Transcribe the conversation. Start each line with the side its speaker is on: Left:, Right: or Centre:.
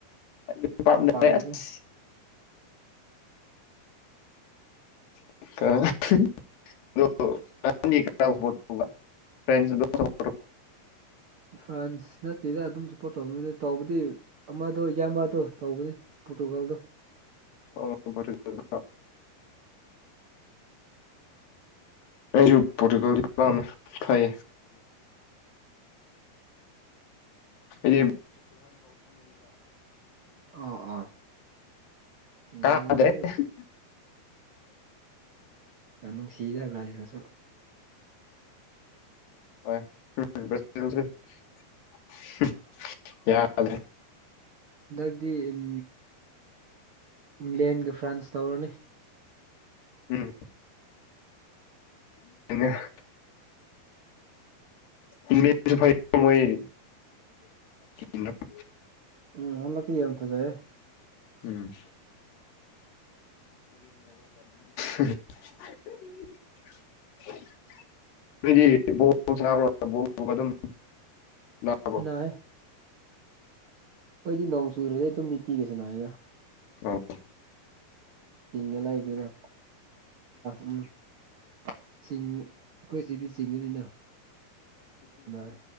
Left: <inaudible>
Right: ꯏꯄꯥꯝ ꯄꯥꯝꯗ꯭ꯔꯦ
Left: <inaudible> ꯐ꯭ꯔꯦꯟꯁ ꯁꯨ <inaudible>
Right: ꯐ꯭ꯔꯥꯟꯁ ꯅꯠꯇꯦꯗ ꯑꯗꯨꯝ ꯁꯞꯄꯣꯔꯠ ꯇꯧꯅ <inaudible> ꯇꯧꯕꯗꯤ ꯑꯃꯗꯣ ꯌꯥꯃꯥꯕꯗꯣ ꯇꯧꯕꯩ ꯄꯣꯔꯇꯨꯒꯥꯜꯗꯣ
Left: ꯑꯣ ꯄ‌ꯣꯔꯇꯨꯒꯥꯜ ꯑꯩꯁꯨ ꯄꯣꯔꯇꯨꯒꯥꯜ ꯄꯥꯝ <inaudible> ꯐꯩꯌ‌ꯦ ꯑꯗꯨꯗꯤ
Right: ꯑꯥ ꯑꯥ ꯕ꯭ꯔꯥꯖꯤꯜꯁꯨ
Left: <unintelligible> <unintelligible>
Right: ꯌꯥꯝ ꯅꯨꯡꯁꯤꯗ ꯕ꯭ꯔꯥꯖꯤꯜꯁꯨ
Left: <unintelligible>
Right: ꯗꯛꯗ ꯎꯝ ꯏꯪꯂꯦꯟꯒ ꯐ꯭ꯔꯥꯟꯁ ꯇꯧꯔꯅꯤ
Left: ꯎꯝ <inaudible> ꯏꯪꯂ‌ꯦꯟꯁꯨ ꯐꯩ <inaudible> ꯃꯣꯏ <inaudible> <inaudible>
Right: ꯎꯝ ꯍꯟꯗꯛꯇꯤ ꯌꯥꯝ ꯐꯖꯩꯌꯦ
Left: ꯎꯝ <inaudible> <unintelligible>
Right: ꯁꯥꯟꯅꯩꯌꯦ ꯑꯩꯈꯣꯏꯗꯤ ꯅꯣꯡ ꯆꯨꯗ꯭ꯔꯗꯤ ꯑꯗꯨꯝ ꯅꯤꯇꯤꯒꯤ ꯁꯥꯟꯅꯩꯗ
Left: ꯑꯥꯎ
Right: ꯆꯤꯡꯗ ꯂꯥꯛꯕꯅꯤꯅ ꯎꯝ <unintelligible> ꯑꯩꯈꯣꯏꯁꯤꯗꯤ ꯆꯤꯡꯉꯅꯤꯅ <unintelligible>